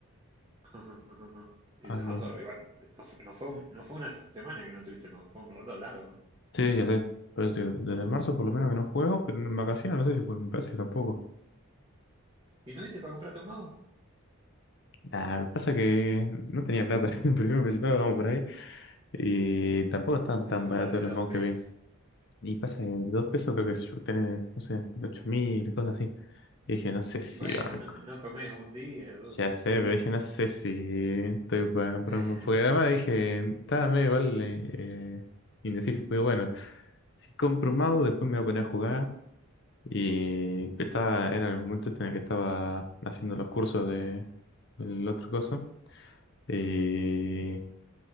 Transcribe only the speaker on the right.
<laughs> Y
desde
marzo, igual, no fue, no fue, un- no fue una semana que no tuviste mouse, fue un rato largo.
¿Y no viste para comprarte un mouse?
Era
uno
de
dos
PS.
Y bueno,
no, no comes un día, dos
días.
<laughs>